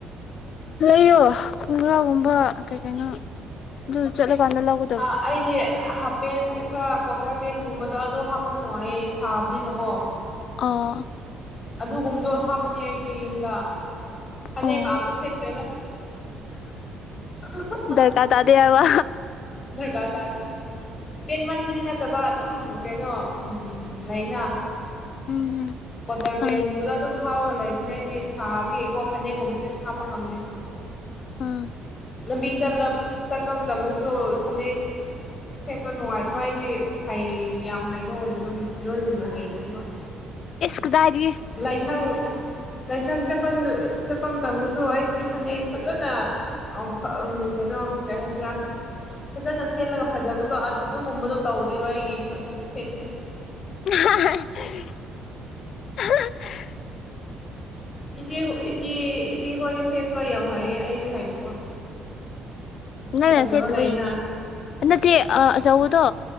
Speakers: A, on the left; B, on the left.
A: ꯂꯩꯌꯣ ꯈꯣꯡꯒ꯭ꯔꯥꯎꯒꯨꯝꯕ ꯀꯩ ꯀꯩꯅꯣ ꯑꯗꯨ ꯆꯠꯂꯀꯥꯟꯗ ꯂꯧꯒ
B: ꯑ ꯑꯩꯗꯤ ꯍꯥ ꯄꯦꯟ ꯈꯔ ꯀ꯭ꯋꯥꯇꯔ ꯄꯦꯟꯒꯨꯝꯕꯗꯣ ꯑꯗꯣ ꯍꯥꯞꯄ ꯅꯨꯡꯉꯥꯏꯌꯦ ꯁꯥꯕꯅꯤꯅꯀꯣ
A: ꯑꯣ
B: ꯑꯗꯨꯒꯨꯝꯕꯗꯣ ꯍꯥꯞꯄꯅꯦ ꯑꯩꯗꯤ ꯌꯨꯝꯗ ꯐꯅꯦꯛꯀ
A: ꯑꯣ
B: ꯑꯝꯇ ꯁꯦꯠꯇ꯭ꯔꯦꯗ ꯎ
A: ꯗꯔꯀꯥ ꯇꯥꯗꯕ
B: ꯒ ꯇꯥꯖꯦ ꯇꯦꯟ ꯃꯟꯕꯗꯤ ꯅꯠꯇꯕ ꯑꯗꯨꯝ ꯀꯩꯅꯣ ꯎ ꯂꯩꯅ
A: ꯎꯝ ꯎꯝ
B: ꯀꯣꯇꯥꯔ
A: ꯈꯪꯉꯦ
B: ꯄꯦꯟꯦꯟꯒꯨꯝꯕꯗ ꯑꯗꯨꯝ ꯍꯥꯞꯄꯒ ꯂꯩꯕꯅꯦ ꯑꯩꯗꯤ ꯁꯥꯕꯒꯤꯀꯣ ꯐꯅꯦꯛꯒꯨꯝꯕꯁꯦ ꯍꯥꯞꯄ ꯉꯝꯗꯦ
A: ꯑꯥ
B: ꯂꯝꯕꯤ ꯆꯠꯄ ꯃꯇꯝꯝꯃꯁꯨ ꯐꯅꯦꯛ ꯁꯦꯠꯄ ꯅꯨꯡꯉꯥꯏꯇꯕ ꯑꯩꯗꯤ ꯍꯩ ꯌꯥꯝ ꯍꯩꯕ ꯑꯣꯏꯅꯕꯒꯤ ꯅꯣꯏꯒꯨꯝꯅ ꯍꯩꯗꯣꯏꯕ
A: ꯏꯁ ꯀꯗꯥꯏꯗꯒꯤ
B: ꯂꯥꯏꯁꯪ ꯂꯥꯏꯁꯪ ꯆꯠꯄ ꯆꯠꯄ ꯃꯇꯝꯗꯁꯨ ꯑꯩꯗꯤ ꯐꯅꯦꯛ ꯐꯖꯅ ꯑꯣ ꯎꯝ ꯀꯩꯅꯣ ꯀꯩ ꯍꯥꯏꯁꯤꯔꯥ ꯐꯖꯅ ꯁꯦꯠꯂꯒ ꯐꯖꯕꯗꯣ ꯑꯗꯨꯒꯨꯝꯕꯗꯣ ꯇꯧꯗꯦꯕ ꯑꯩꯒꯤ <unintelligible> ꯁꯦꯠꯁꯦ
A: <inaudible>
B: ꯏꯆꯦ ꯍꯣ ꯏꯆꯦ ꯏꯆꯦꯈꯣꯏꯗꯤ ꯁꯦꯠꯄ ꯌꯥꯝ ꯍꯥꯏꯌꯦ ꯑꯩꯗꯤ ꯍꯩꯇꯕ
A: ꯅꯪꯅ
B: ꯐꯖꯕ
A: ꯁꯦꯠꯇꯕꯒꯤꯅꯦ
B: ꯂꯩꯌꯦꯅ
A: ꯅꯆꯦ ꯑ ꯑꯆꯧꯕꯗꯣ